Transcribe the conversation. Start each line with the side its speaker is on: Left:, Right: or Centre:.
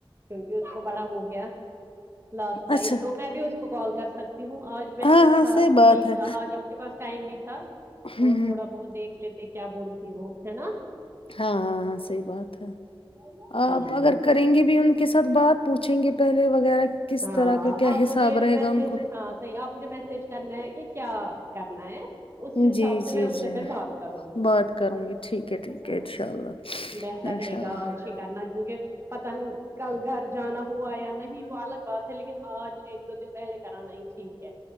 Right: کیونکہ اس کو بڑا ہو گیا لاسٹ ٹائم
Left: اچھا
Right: تو میں بھی اس کو کال کر سکتی ہوں آج
Left: ہاں
Right: اچھا
Left: ہاں صحیح بات
Right: ٹھیک
Left: ہے
Right: تھا آج کے پاس ٹائم بھی تھا
Left: ہ
Right: اور تھوڑا بہت دیکھ لیتے کیا بولتی وہ ہے نا
Left: ہاں ہاں ہاں صحیح بات ہے
Right: ہوں
Left: آپ اگر کریں گے بھی ان کے ساتھ بات پوچھیں گے پہلے وغیرہ کس
Right: ہاں
Left: طرح کا کیا
Right: آپ
Left: حساب
Right: مجھے
Left: رہے
Right: میسج
Left: گا ان کو
Right: ہاں صحیح آپ مجھے میسج کرنا ہے کہ کیا کرنا ہے اس حساب
Left: جی
Right: سے میں
Left: جی
Right: اس
Left: جی
Right: سے پھر بات کروں گی
Left: بات کروں گی ٹھیک ٹھیک
Right: ہے نا
Left: انشاء اللہ
Right: بہتر
Left: انشاء
Right: رہے
Left: اللہ
Right: گا اور شیکارنہ کرنا کیونکہ پتہ نہیں کل گھر جانا ہوا یا نہیں ہوا الگ بات ہے لیکن آج ایک دو دن پہلے کرانا ہی ٹھیک ہے